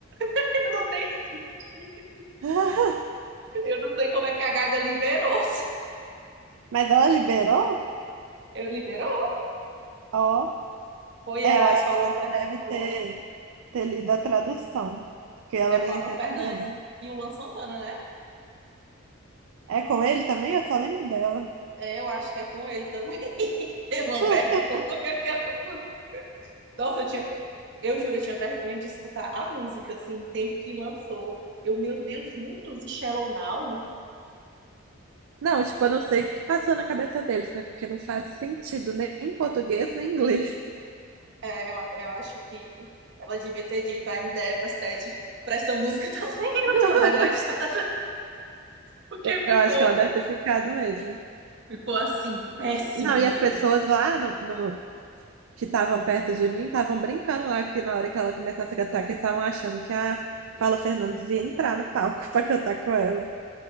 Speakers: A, on the right (about 55°); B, on the right (about 70°).
A: <laughs> não tem sentido.
B: <laughs>
A: Eu não sei como é que a Gaga liberou.
B: Mas ela liberou?
A: Eu liberou.
B: Ó.
A: Foi
B: É,
A: a
B: eu acho
A: Paula
B: que ela não
A: Fer...
B: deve
A: foi.
B: ter, ter lido a tradução, porque ela
A: Foi a
B: nem
A: Paula
B: entendeu
A: Fernandes
B: nada.
A: e o Luan Santana, né?
B: É com ele também? Eu só lembro dela.
A: É, eu acho que é com ele também. <laughs> É uma
B: <laughs>
A: vergonha <laughs> que eu... Nossa, eu tinha... Eu juro, eu tinha vergonha de escutar a música, assim, no tempo que lançou. Eu, meu Deus, juntos e Shallow Now?
B: Não, tipo, eu não sei o que passou na cabeça deles, né? Porque não faz sentido nem em português nem em inglês.
A: É, eu, eu acho que ela devia ter dito I'm devastated pra essa música também. <laughs>
B: <laughs>
A: Eu tô devastada. Porque ficou,
B: Eu acho que ela deve ter ficado mesmo.
A: ficou assim, péssimo
B: Não, e
A: mesmo.
B: as pessoas lá no, no- que estavam perto de mim estavam brincando lá que na hora que ela começasse a cantar, que eles estavam achando que a Paula Fernandes ia entrar no palco <laughs> pra cantar com ela.